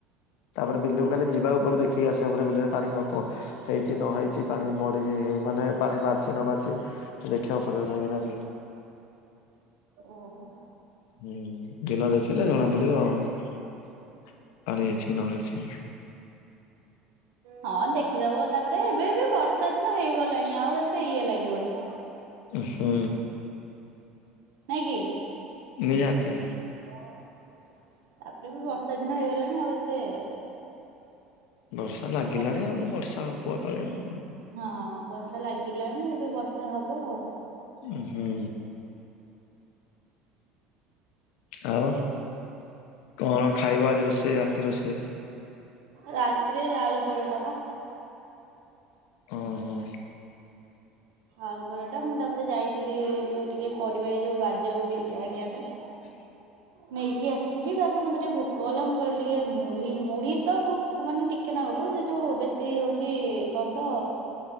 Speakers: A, on the left; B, on the right.
A: ତାପରେ ବିଲକୁ କାଲି ଯିବା ଉପରେ ଦେଖିକି ଆସିବା ଗୋଟେ ବିଲରେ ପାଣି ହବ ପ ହେଇଛି ନ ହେଇଛି ପାଣି ମଡି ମାନେ ପାଣି ମାରଛି ନ ମାଡିଚି। ଦେଖିବାକୁ ପାରିବ ଯାଇକିନା ବିିଲ
B: ଓହୋ।
A: ହୁଁ ବିଲ ଦେଖିଲେ ଜଣା ପଡିବ ପାଣି ହେଇଛି ନ ହେଇଛି।
B: ହଁ ଦେଖିଦବ ତାପରେ ଏବେଏବେ ବର୍ଷା ଦିନ ହେଇଗଲାଣି ଆଉ ଏତେ ଇଏ ଲାଗିବନି।
A: ହଁ।
B: ନାଇଁ କି?
A: ନିହାତି
B: ତାପରେ ବି ବର୍ଷା ଦିନ ହେଇଗଲାଣି ଆଉ ଏତେ
A: ବର୍ଷା
B: ଠିକ
A: ଲାଗିଲାଣି
B: ଠାକ
A: ଆଉ ବର୍ଷା ହବ ଏପାଳି ଆଉ।
B: ହଁ ବର୍ଷା ଲାଗିଲାଣି ଏବେ ବର୍ଷା ହବ ଆଉ।
A: ଓ ହୁଁ ଆଉ କଣ ଖାଇବ ଆଜି ରୋଷେଇ ରାତି ରୋଷେଇ?
B: ରାତରେ ଆଳୁ ପରରୋଟା ପା।
A: ଓ ହ।
B: ଆଳୁ ପରଟା, ମୁଁ ତାପରେ ଯାଇଥିଲି ଯୋଉ ଟିକେ ପରିବା ଏ ଯୋଉ ଗାଜର ବିଟ ଆଣିବା ପାଇଁ।
A: <inaudible>
B: ନେଇକି ଆସିଥିଲି। ତାପରେ ମତେ ଟିକେ ଭୋକ ହେଲା, ମୁଁ କହିଲି ଟିକେ ମୁଢି ମୁଢି ତ ବହୁତ ମାନେ ଟିକେ ନା ହବ ସେ ଯୋଉ ବେଶୀ ହଉଛି କିଛି କହ ତ